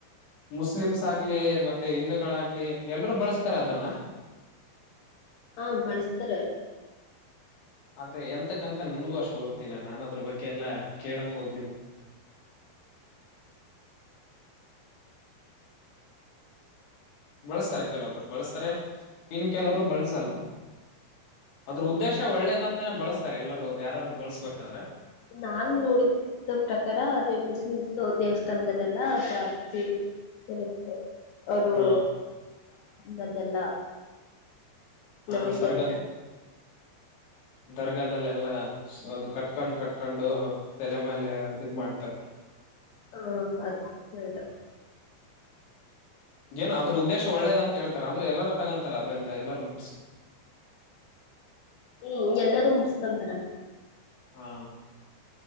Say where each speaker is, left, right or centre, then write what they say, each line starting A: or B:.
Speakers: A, on the left; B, on the left.
A: ಮುಸ್ಲಿಮ್ಸ್ ಆಗ್ಲಿ ಮತ್ತೆ ಹಿಂದೂಗಳಾಗ್ಲಿ ಎಲ್ರುೂ ಬಳಸ್ತಾರೆ ಅದನ್ನ.
B: ಹಾ ಬಳಸ್ತಾರ.
A: ಆದ್ರೆ ಎಂತಕ್ಕಂತ ನನ್ಗೂ ಅಷ್ಟು ಗೊತ್ತಿಲ್ಲ ನಾನು ಅದ್ರ ಬಗ್ಗೆ ಎಲ್ಲಾ ಕೇಳಕ್ ಹೋಗಿಲ್ಲ. ಬಳಸ್ತಾರೆ ಕೆಲೊಬ್ರ ಬಳಸ್ತಾರೆ ಇನ್ ಕೆಲವರು ಬಳಸಲ್ಲ ಅದ್ರ ಉದ್ದೇಶ ಒಳ್ಳೇದಂತಾನೇ ಬಳಸ್ತಾರೆ ಎಲ್ಲರುೂ ಯಾರಾದ್ರು ಬಳಸ್ಬೇಕಾದ್ರೆ.
B: ನಾನ್ ನೋಡಿದ ಪ್ರಕಾರ ಅದೇ ಮುಸ್ಲಿಮ್ಸ್ ದೇವಸ್ಥಾನ. ತಂದಲೆೆಲ್ಲ ಜಾಸ್ತಿ ಇರುತ್ತೆ. ಅವರು.
A: ಹಾ
B: ನಲ್ಲಲ್ಲ.
A: ಹ
B: ನವ
A: ದರ್ಗಾ
B: ಕತ.
A: ದರ್ಗಾದಲ್ಲೆಲ್ಲ ಅದು ಕಟ್ಕೊಂಡ್ ಕಟ್ಕೊಂಡು ತಲೆ ಮೇಲೆ ಇ ಮಾಡ್ತಾರೆ.
B: ಹ ಅದ ಕೇಳಿದೆ.
A: ಏನೋ ಅದ್ರದ್ದೇಶ ಒಳ್ಳೇದ ಅಂತೇತ ಅಂದ್ರೆ ಎಲ್ಲರೂ ತಗೊಂತಾರೆ ಅದ್ರಿಂದ ಎಲ್ಲರೂ ಮು.
B: ಹ್ಮ ಎಲ್ಲಾರೂ ಮುಡ್ಸ್ಕೊಂತಾರ.
A: ಹಾ